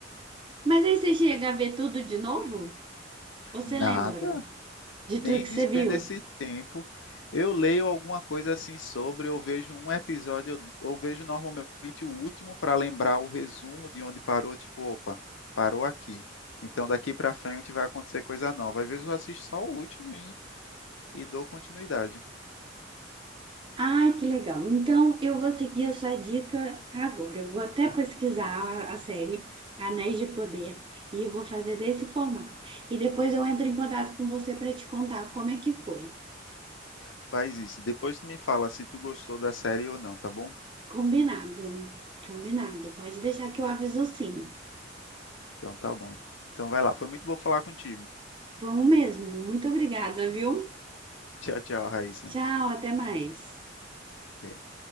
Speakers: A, on the right; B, on the left.
A: Mas aí você chega a ver tudo de novo? Ou você
B: Nada,
A: lembra de
B: nem
A: tudo que
B: despendo
A: você viu?
B: esse tempo. Eu leio alguma coisa assim sobre, eu vejo um episódio, eu, eu vejo normalmente o último para lembrar o resumo de onde parou, tipo, opa, parou aqui. Então daqui para frente vai acontecer coisa nova. Às vezes eu assisto só o último e e dou continuidade.
A: Ai, que legal. Então, eu vou seguir a sua dica agora. Eu vou até pesquisar a, a série Anéis de Poder e eu vou fazer desse formato. E depois eu entro em contato com você para te contar como é que foi.
B: Faz isso. Depois tu me fala se tu gostou da série ou não, tá bom?
A: Combinado. Combinado. Pode deixar que eu aviso sim.
B: Então tá bom. Então vai lá. Foi muito bom falar contigo.
A: Foi um mesmo. Muito obrigada, viu?
B: Tchau, tchau, Raíssa.
A: Tchau, até mais.
B: Até.